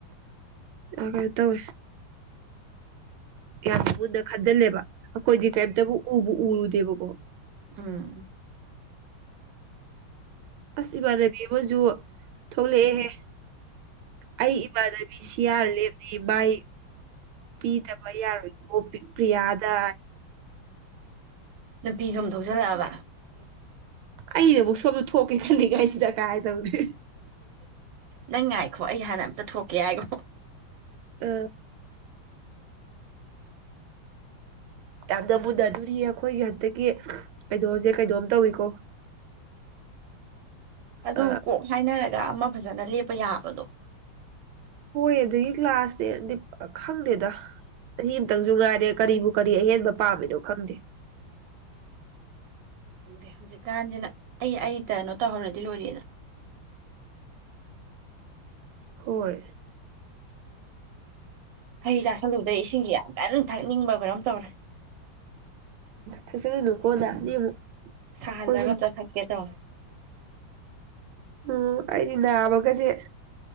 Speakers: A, on the right (about 85°); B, on the right (about 65°).
A: ꯑꯈꯔ ꯇꯧ ꯌꯥꯝ ꯃꯨꯟꯅ ꯈꯟꯖꯤꯜꯂꯦꯕ ꯑꯩꯈꯣꯏꯗꯤ ꯀꯩꯝꯇꯕꯨ ꯎꯔ ꯗꯕꯕꯣ
B: ꯎꯝ
A: ꯑꯁ ꯏꯃꯥꯟꯅꯕꯤ ꯑꯃꯁꯨ ꯊꯣꯛꯂꯛꯑꯦꯍꯦ ꯑꯩ ꯏꯃꯥꯟꯅꯕꯤ ꯁꯤꯌꯥꯔ ꯂꯦꯞꯂꯤ ꯃꯥꯏ ꯄꯤꯗꯕ ꯌꯥꯔꯣꯏꯀꯣ ꯄ꯭ꯔꯤꯌꯥꯗ
B: ꯎ ꯐꯄꯤꯤ ꯁꯣꯝ ꯊꯣꯛꯆꯜꯂꯛꯑꯕ
A: ꯑꯩꯗꯕꯨꯛ ꯁꯣꯝꯗ ꯊꯣꯛꯀꯦ ꯈꯟꯜꯂꯤꯉꯥꯏꯁꯤꯗ ꯀꯥꯏꯗꯧꯅꯤ
B: ꯅꯪ ꯉꯥꯏꯈꯣ ꯑꯩ ꯍꯥꯟꯅ ꯑꯝꯇ ꯊꯣꯛꯀꯦ ꯍꯥꯏꯔꯣ
A: ꯑ ꯌꯥꯝꯅ ꯃꯨꯟꯅꯗꯣꯔꯤꯌꯦ ꯑꯩꯈꯣꯏꯒꯤ ꯍꯟꯇꯛꯀꯤ ꯀꯩꯅꯣꯖꯤꯦ ꯀꯩꯅꯣꯝ ꯇꯧꯏꯀꯣ
B: ꯑꯗꯨ
A: ꯑ
B: ꯀꯣꯛ ꯍꯥꯏꯅꯔꯒ ꯑꯃ ꯐꯖꯅ ꯂꯦꯞꯄ ꯌꯥꯕꯗꯣ
A: ꯍꯣꯏ ꯑꯗꯨꯒꯤ ꯀ꯭ꯂꯥꯁꯅꯦꯗꯤ ꯈꯪꯗꯦꯗ ꯆꯍꯤ ꯑꯃꯇꯪꯁꯨ ꯉꯥꯏꯔꯦ ꯀꯔꯤꯕꯨ ꯀꯔꯤ ꯑꯍꯦꯟꯕ ꯄꯥꯝꯃꯤꯅꯣ ꯈꯪꯗꯦ
B: ꯈꯪꯗꯦ ꯍꯧꯖꯤꯛꯀꯥꯟꯁꯤꯅ ꯑꯩ ꯑꯩ ꯇꯩꯅꯣ ꯇꯧꯍꯧꯔꯗꯤ ꯂꯣꯏꯔꯦꯅ
A: ꯍꯣꯏ
B: ꯍꯩ ꯆꯥꯁꯜꯂꯨꯕꯗ ꯏꯁꯤꯡꯁꯤ ꯌꯥꯝ ꯐꯖꯅ ꯊꯛꯅꯤꯡꯕ ꯈꯔꯝ ꯇꯧꯔꯦ
A: ꯊꯁꯅꯨꯀꯣꯗꯥꯅꯤ ꯑꯃꯨꯛ
B: ꯁꯥꯍꯜꯂꯒ
A: ꯑꯩꯈꯣꯏꯁꯨ
B: ꯑꯝꯇ ꯊꯛꯀꯦ ꯇꯣ
A: ꯎꯝ ꯑꯩꯗꯤ ꯅꯥꯕꯒꯁꯦ